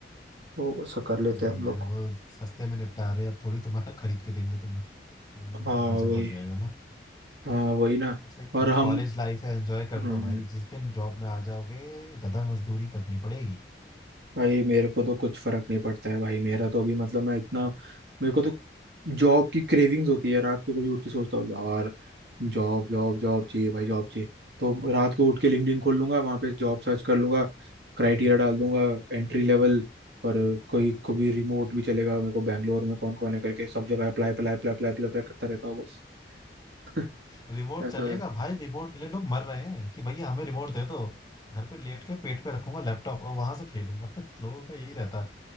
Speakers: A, on the right (about 70°); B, on the left (about 20°).
A: तो सब कर लेते
B: सही
A: हैं
B: है
A: हम
B: यार
A: लोग
B: वो सस्ते में निपटा रहे हैं, अब थोड़ी तुम्हारा <laughs> खरीद के देंगे तुम्हें वो भी उनको
A: हाँ
B: खर्चा
A: वही
B: पड़ जाएगा ना
A: हाँ वही ना
B: बट सही
A: और
B: है अभी
A: हम
B: कॉलेज लाइफ है एंजॉय कर
A: हम्म,
B: लो भाई जिस दिन जॉब में आ जाओगे गधा मजदूरी करनी पड़ेगी
A: भाई मेरे को तो कुछ फर्क नहीं पड़ता है भाई मेरा तो अभी मतलब मैं इतना मेरे को तो जॉब की क्रेविंग्स होती है रात को कभी उठ के सोचता हूँ यार जॉब जॉब जॉब चाहिए भाई जॉब चाहिए तो रात को उठ के लिंक्डइन खोल लूंगा वहां पे जॉब सर्च कर लूंगा क्राइटेरिया डाल दूंगा एंट्री लेवल और कोई को भी रिमोट भी चलेगा मेरे को बैंगलोर में कौन कौन है करके सब जगह apply apply apply apply apply करता रहता हूँ बस <laughs>
B: रिमोट
A: ऐसा
B: चलेगा भाई रिमोट के लिए लोग मर रहे हैं कि भैया हमें रिमोट दे दो घर पे लेट के पेट पे रखूंगा लैपटॉप और वहां से खेलूंगा <laughs> लोगों का यही रहता है